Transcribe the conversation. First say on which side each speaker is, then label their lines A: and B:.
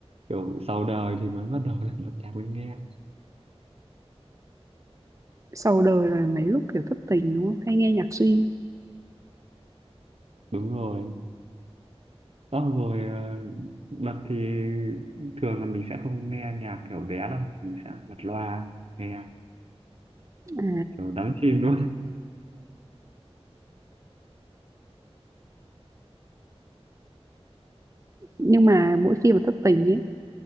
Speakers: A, on the right; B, on the right.
A: kiểu sau đời thì mới bắt đầu là bật nhạc mới nghe
B: sau đời là mấy lúc kiểu thất tình đúng không? Hay nghe nhạc suy.
A: đúng rồi xong rồi à, bật thì thường là mình sẽ không nghe nhạc kiểu vé đâu mình sẽ bật loa nghe
B: À,
A: kiểu đắm chìm luôn
B: nhưng mà mỗi khi mà thất tình ấy